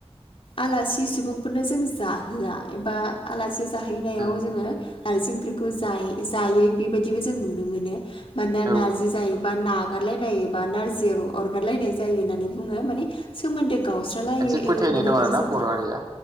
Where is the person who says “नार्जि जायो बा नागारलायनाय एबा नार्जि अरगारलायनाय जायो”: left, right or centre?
Left